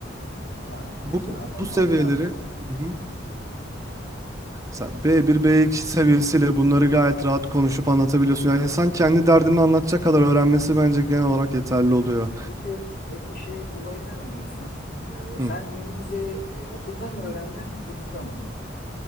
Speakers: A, on the left; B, on the right.
A: Yani mesela
B: bu
A: o-
B: bu seviyeleri
A: onlar.
B: Hı hı. Mesela B1, B2 seviyesiyle bunları gayet rahat konuşup anlatabiliyorsun. Yani insan kendi derdini anlatacak kadar öğrenmesi bence genel olarak yeterli oluyor.
A: Peki, peki şey olayına ne diyorsun? Ee,
B: Hı.
A: sen İngilizceyi e, okulda mı öğrendin, kursta mı?